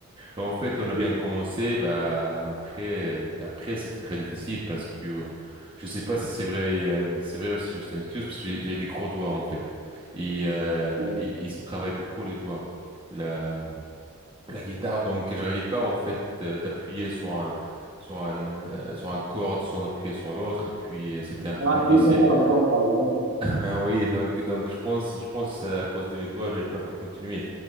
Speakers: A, on the right; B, on the right.
A: En fait, on a
B: Bon.
A: bien commencé. Bah, après, après, c'était très difficile parce que euh, je sais pas si c'est vrai, euh, c'est vrai aussi juste une excuse parce que j'ai j'ai des gros doigts, en fait. Et, euh,
B: bon.
A: et, et ça travaille beaucoup les doigts. Là la guitare, donc j'arrivais pas en fait euh, d'appuyer sur un sur un euh, sur un corde sans appuyer sur l'autre et puis euh, c'était un peu
B: Ah,
A: difficile.
B: deux temps à la fois, par exemple.
A: <laughs> Ah Oui, donc donc je pense je pense à cause de mes doigts, j'ai pas pas continué.